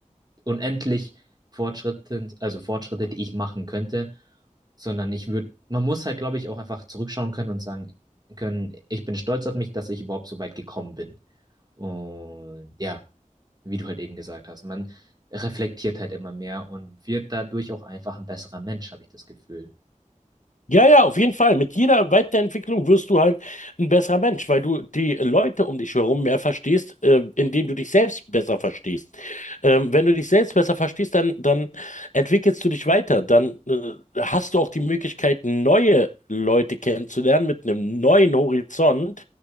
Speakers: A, on the right; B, on the left.
A: unendlich Fortschritte, also Fortschritte, die ich machen könnte, sondern ich würde, man muss halt, glaube ich, auch einfach zurückschauen können und sagen können, ich bin stolz auf mich, dass ich überhaupt so weit gekommen bin. Und ja, wie du halt eben gesagt hast, man reflektiert halt immer mehr und wird dadurch auch einfach ein besserer Mensch, habe ich das Gefühl.
B: Ja, ja, auf jeden Fall. Mit jeder Weiterentwicklung wirst du halt ein besserer Mensch, weil du die Leute um dich herum mehr verstehst, äh, indem du dich selbst besser verstehst. Ähm, wenn du dich selbst besser verstehst, dann, dann entwickelst du dich weiter. Dann äh, hast du auch die Möglichkeit, neue Leute kennenzulernen mit einem neuen Horizont